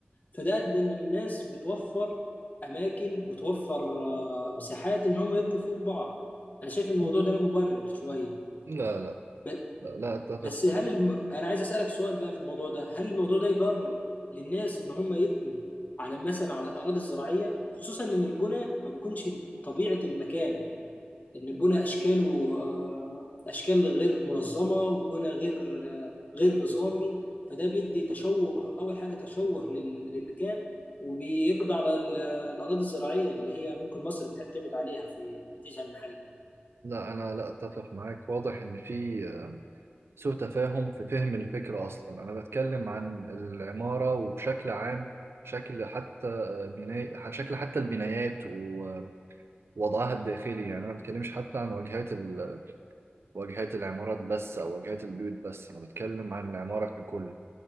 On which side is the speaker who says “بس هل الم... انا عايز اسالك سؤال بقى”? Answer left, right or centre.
Left